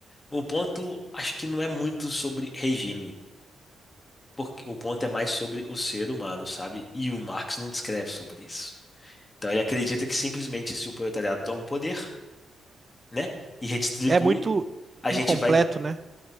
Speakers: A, on the left; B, on the right.
A: O ponto, acho que não é muito sobre regime, porque o ponto é mais sobre o ser humano, sabe? E o Marx não descreve sobre isso. Então ele acredita que simplesmente se o proletariado toma o poder, né, e redistribui,
B: É muito
A: a
B: incompleto,
A: gente vai.
B: né?